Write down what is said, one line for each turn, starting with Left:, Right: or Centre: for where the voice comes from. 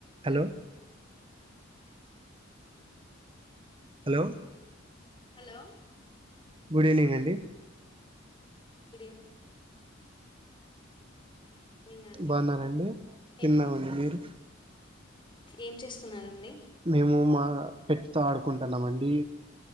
Right: Hello hello
Left: hello
Right: good evening అండి
Left: good ఈవ్ evening అండి
Right: బాగున్నారండి తిన్నామండి
Left: ఏం
Right: మీరు
Left: ఏం చేస్తున్నారండి
Right: మేము మా పెట్టుతో ఆడుకుంటన్నాము అండి